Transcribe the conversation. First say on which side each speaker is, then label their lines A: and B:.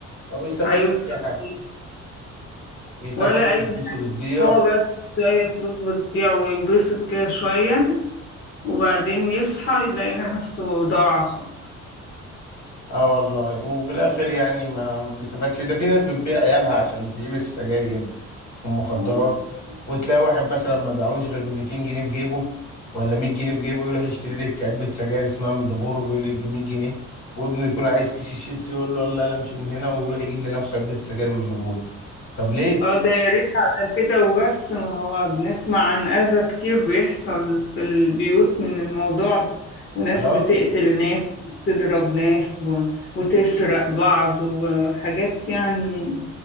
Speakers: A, on the left; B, on the left.
A: ما بيستفادش
B: هيوصل
A: اي حاجه
B: ايه
A: يستفاد
B: ولا أي
A: ان فلوسه بتضيع
B: هو بس شوية فلوس بتضيع وينبسط كده شوية وبعدين يصحى يلاقي نفسه ضاع خالص
A: اه والله وفي الاخر يعني ما بيستفادش ده في ناس بتبيع عيالها عشان تجيب السجاير والمخدرات
B: اه
A: وتلاقي واحد مثلا ما باعوش غير 200 جنيه في جيبه ولا 100 جنيه في جيبه يروح يشتري لك علبة سجاير اسمها مالبورو بيقول لك ب 100 جنيه وابنه يكون عايز كيس الشيبسي يقول له يلا يلا امشي من هنا ويروح يجيب لنفسه علبة سجاير مالبورو طب ليه؟
B: آه، ده يا ريت على كده وبس ما هو بنسمع عن أذى كتير بيحصل في البيوت من الموضوع ده وناس
A: اه
B: بتقتل ناس وتضرب ناس و... وتسرق بعض وحاجات يعني